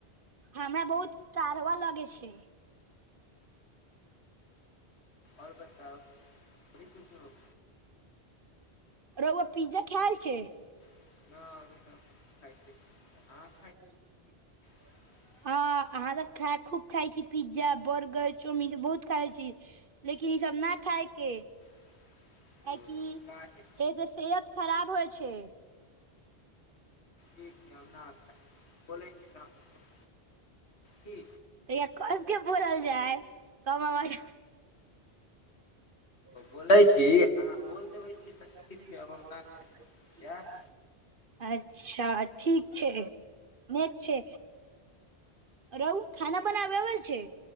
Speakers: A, on the right; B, on the left.
A: हमरा बहुत कारवा लगय छै
B: आओर बताउ बड़ी किछ हो
A: रौवा पिज्जा खाय छै
B: न अभी त नै खाई छै
A: आ
B: <inaudible>
A: हँ अहाँ त खा खूब खाइ छी पिज्जा बर्गर चाउमीन बहुत खाइ छी लेकिन सब न खााय के
B: <inaudible>
A: काहे कि
B: काहे
A: एहि सँ सेहत खराब होइ छै
B: ठीक छै बोले छि तहन कि
A: कसके जा कम आवाज <unintelligible>
B: बोलै छी अहाँ बोल देबै छी तऽ ठीक छै अब हम ना खाइ यैह
A: अच्छा ठीक छै न छै रहु खाना बनाबे अबय छै